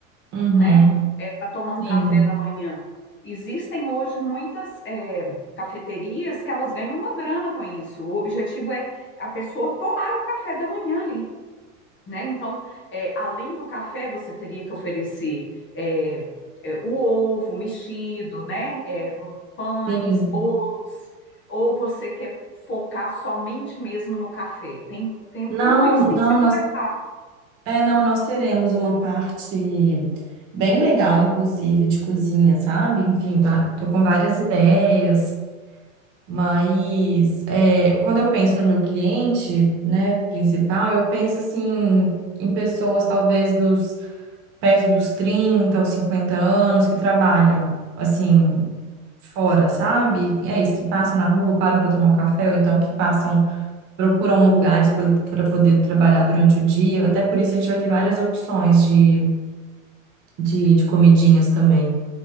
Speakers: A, on the right (about 45°); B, on the left (about 30°).
A: uhum,
B: né, é, para tomar um
A: sim.
B: café da manhã. Existem hoje muitas é, cafeterias que elas ganham uma grana com isso. O objetivo é a pessoa tomar o café da manhã ali né? Então, é, além do café, você teria que oferecer é, é, o ovo mexido, né? É, pães,
A: Sim.
B: bolos, ou você quer focar somente mesmo no café? Tem, tem,
A: Não,
B: tudo isso tem
A: não,
B: que ser
A: nós,
B: conversado.
A: é, não, nós teremos uma parte bem legal, inclusive, de cozinha, sabe? Enfim, va- tô
B: Uhum.
A: com várias ideias, mas é, quando eu penso no meu cliente, né, principal, eu penso assim em pessoas talvez dos perto dos 30 aos 50 anos que trabalham assim fora, sabe? É isso, que passam na rua, param para tomar um café, ou então que passam procuram um lugar para poder trabalhar durante o dia. Até por isso a gente vai ter várias opções de, de, de comidinhas também.